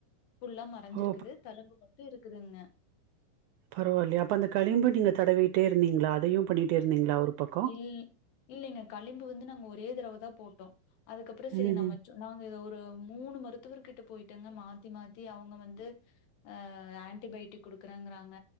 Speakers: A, on the left; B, on the right.
A: ஃபுல்லா மறைஞ்சிருக்குது
B: ஓ
A: தலும்பு மட்டும் இருக்குதுங்க
B: பரவால்லையே அப்ப அந்த கழிம்பு நீங்க தடவிட்டே இருந்தீங்களா அதையும் பண்ணிட்டே இருந்தீங்களா ஒரு பக்கம்
A: இ இல்லைங்க களிம்பு வந்து நாங்க ஒரு ஒரே தடவை தான் போட்டோம் அதுக்கப்புறம் சரி
B: ம்
A: நமைச்சோம்
B: ம்
A: நாங்க இதை ஒரு ஒரு மூணு மருத்துவ கிட்ட போயிட்டங்க மாத்தி மாத்தி அவங்க வந்து அஹ் ஆன்டிபயோட்டிக் கொடுக்குறங்கறாங்க